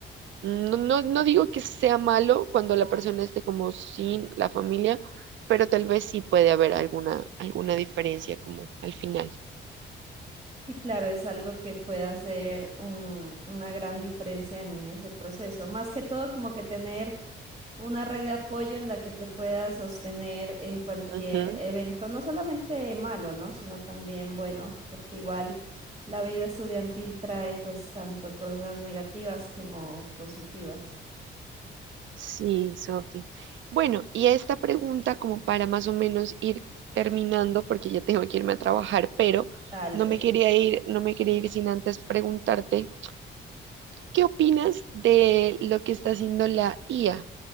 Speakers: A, on the right; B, on the right.
A: No, no, no digo que sea malo cuando la persona esté como sin la familia, pero tal vez sí puede haber alguna, alguna diferencia como al final.
B: Sí, claro, es algo que puede hacer un- una gran diferencia en ese proceso. Más que todo, como que tener una red de apoyo en la que te puedas sostener en cualquier
A: Ujú.
B: evento, no solamente malo, ¿no? Sino también bueno, porque igual la vida estudiantil trae pues tanto cosas negativas como positivas.
A: Sí, Sofi. Bueno, y esta pregunta como para más o menos ir terminando, porque ya tengo que irme a trabajar, pero
B: Dale.
A: no me quería
B: <laughs>
A: ir, no me quería ir sin antes preguntarte. ¿Qué opinas de lo que está haciendo la IA